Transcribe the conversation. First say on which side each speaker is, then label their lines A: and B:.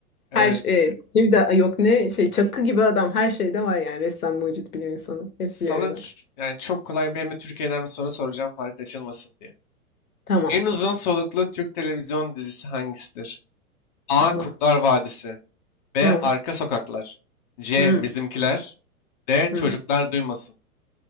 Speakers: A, on the left (about 30°); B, on the left (about 80°).
A: evet.
B: Her e, bir de yok ne şey çakı gibi adam her şeyde var yani ressam, mucit, bilim insanı hepsi
A: Sana
B: bir arada.
A: ç- yani çok kolay bir hem de Türkiye'den bir soru soracağım fark açılmasın diye.
B: Tamam.
A: En uzun soluklu Türk televizyon dizisi hangisidir? A.
B: Allah.
A: Kurtlar Vadisi B.
B: Hı,
A: Arka Sokaklar C.
B: hı,
A: Bizimkiler D.
B: hı.
A: Çocuklar Duymasın.